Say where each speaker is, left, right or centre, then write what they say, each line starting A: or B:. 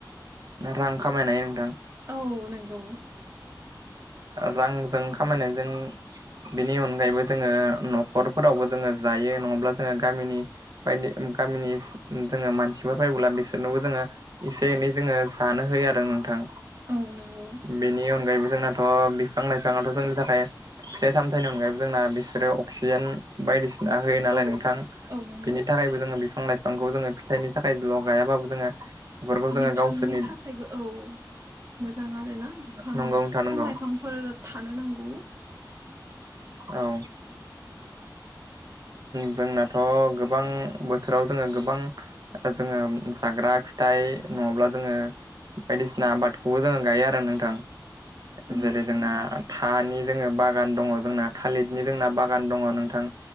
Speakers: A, on the right; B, on the right.
A: रां खामायनाय नोंथां।
B: औ नंगौ।
A: रांजों खामायनायजों बिनि अनगायैबो जोङो न'खरफोरावबो जोङो जायो नङाब्ला जोङो गामिनि बायदि ओ गामिनि जोङो मानसिफोर फायबोला बिसोरनोबो जोङो एसे एनै जोङो जानो होयो आरो नोंथां
B: औ नंगौ
A: बेनि अन जोंनाथ' बिफां-लाइफांआाथ' जोंनि थाखाय फिथाइ - सामथाइनि अनगायैबो जोंना बिसोरो अक्सिजेन बायदिसिना होयो नालाय
B: औ
A: नोंथां
B: औ नंगौ
A: बिनि थाखायबो जोङो बिफां-लाइफांखौ जोङो फिथाइनि थाखायल' गायाबाबो जोङो बेफोरखौ जोङो
B: बिफांनि
A: गावसोरनि
B: थाखायबो औ मोजां आरोना। बिफां
A: नंगौ नोंथां
B: बिफां
A: नंगौ
B: लाइफांफोर थानो नांगौ।
A: औ। जोंनाथ' गोबां बोथोराव जोङो गोबां जोङो जाग्रा फिथाइ नङाब्ला जोङो बायदिसिना आबादखौबो जोङो गायो आरो नोंथां।
B: औ
A: जेरै -जोंना थानि जोङो बागान दङ जोंना थालिरनि जोंना बागान बागान दङ नोंथां